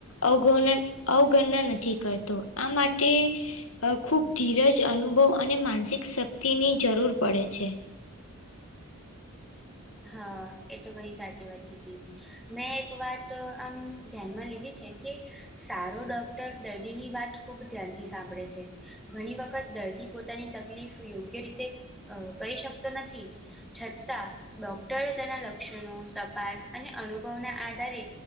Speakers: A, on the left; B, in the centre.
A: અવગણ અવગણના નથી કરતો આ માટે અ ખુબ ધીરજ અનુભવ અને માનસિક શક્તિની જરૂર પડે છે.
B: હા એ તો ઘણી સાચી વાત કીધી મેં એક વાત આમ ધ્યાનમાં લીધી છે કે સારો ડોક્ટર દર્દીની વાત ખુબ ધ્યાનથી સાંભળે છે. ઘણી વખત દર્દી પોતાની તકલીફ યોગ્ય રીતે કરી અહ શકતો નથી. છતાં ડોક્ટરો તેના લક્ષણો તપાસ અને અનુભવના આધારે